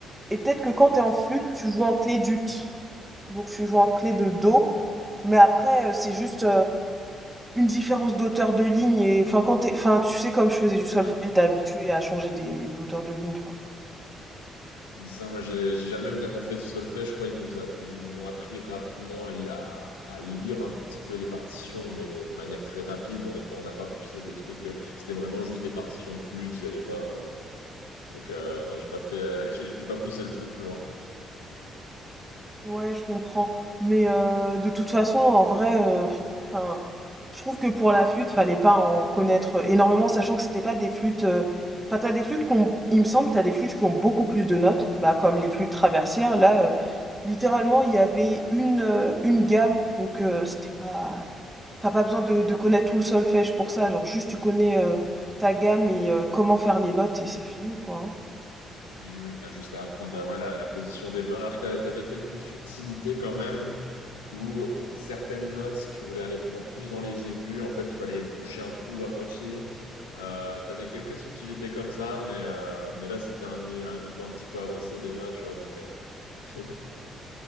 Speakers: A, on the right (about 15°); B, on the left (about 80°).
A: et peut-être que quand
B: Mm.
A: t'es en flûte, tu joues en clé d'ut, donc tu joues en clé de do, mais après, heu, c'est juste, une différence d'auteur de ligne et enfin quand t'es- enfin tu sais comme je faisais du solfège
B: Ouais.
A: t'es habitué à changer des d'auteur de ligne enfin
B: Mm. ça, moi, j'ai j'ai jamais vraiment fait de solfège. Je crois qu'ils nous a- ils nous ont appris rapidement à, à- à lire un petit peu les partitions, mais de manière très rapide. On est, pas- on n'a pas poussé le truc. euh, C'était vraiment juste des partitions de flûte. Il y avait pas. Donc euh, non, j'ai pas fait, euh, <laughs> j'ai j'ai pas poussé le truc plus loin.
A: Ouais, je comprends. Mais euh, de toute façon, en vrai, euh, enfin, je trouve que pour la flûte, fallait pas en connaître énormément, sachant que c'était pas des flûtes. euh, Enfin, t'as des flûtes qu'on, il me semble, t'as des flûtes qui ont beaucoup plus de notes, bah comme les flûtes traversières. Là, euh, littéralement, il y avait une euh, une gamme, donc euh, c'était pas. T'as pas besoin de, de connaître tout le solfège pour ça. Genre, juste tu connais euh, ta gamme et euh, comment faire les notes et c'est fini, quoi. hein.
B: Oui, oui, oui, t'as juste à apprendre la, ouais, la, la position des mains. T'as- T'avais quelques subtilités quand même, où pour certaines notes, si tu voulais aller dans- plus dans les aigus, en fait, il fallait boucher un trou à moitié. Euh, t'avais quelques subtilités comme ça, mais, euh, mais là, c'était un, ni- un niveau un petit peu avancé déjà, tu vois, donc euh, <laughs>